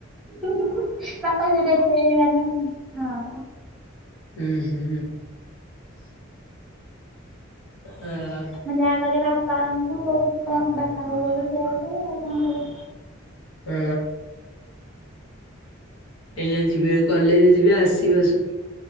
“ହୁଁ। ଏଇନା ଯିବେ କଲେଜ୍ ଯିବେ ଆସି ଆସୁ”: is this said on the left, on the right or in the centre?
Left